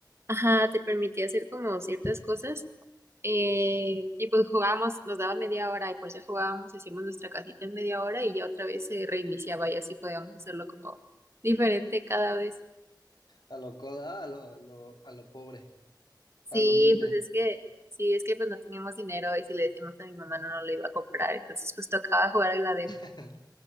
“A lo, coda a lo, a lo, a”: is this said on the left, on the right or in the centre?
Left